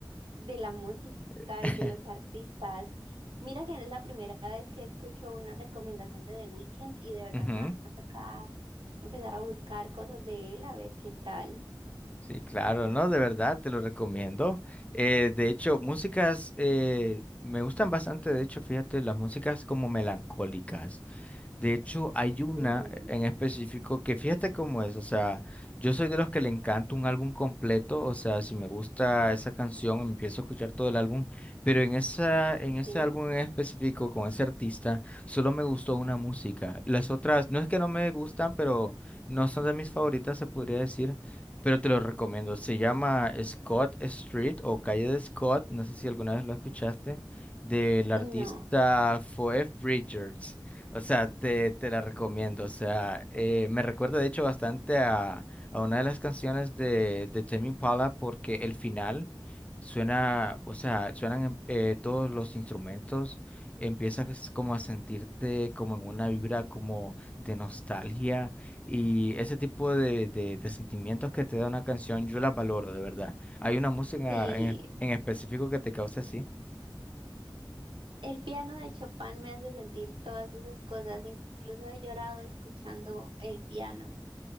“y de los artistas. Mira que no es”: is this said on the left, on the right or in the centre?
Right